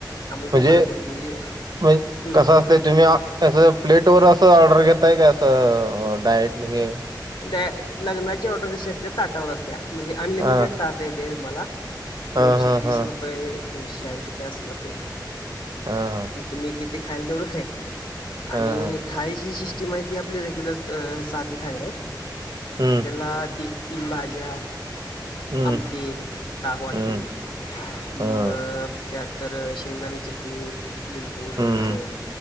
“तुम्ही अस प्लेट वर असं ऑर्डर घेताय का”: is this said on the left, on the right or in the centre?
Right